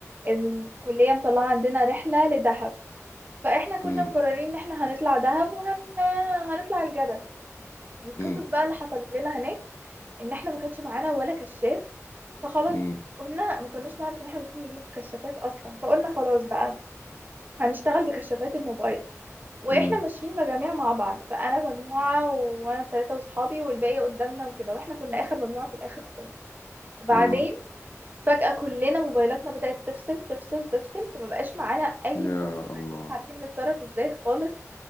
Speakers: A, on the right; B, on the left.
A: الكليه مطلعه عندنا رحله لدهب فاحنا كنا
B: امم
A: مقررين ان احنا هنطلع دهب وهن هنطلع الجبل القصص
B: امم
A: بقى اللي حصلت لنا هناك ان احنا ما كانش معانا ولا كشاف فخلاص
B: امم
A: قلنا ما كناش نعرف ان احنا المفروض نجيب كشافات اصلا فقلنا خلاص بقى هنشتغل بكشافات الموبايل واحنا
B: امم
A: ماشيين مجاميع مع بعض فانا مجموعه وانا الثلاثه واصحابي والباقي قدامنا وكده واحنا كنا اخر مجموعه في الاخر خالص وبعدين
B: اه
A: فجاه كلنا موبايلاتنا بدات تفصل تفصل تفصل فما بقاش معانا اي
B: يا
A: نور ما بقاش
B: الله
A: عارفين نتصرف ازاي خالص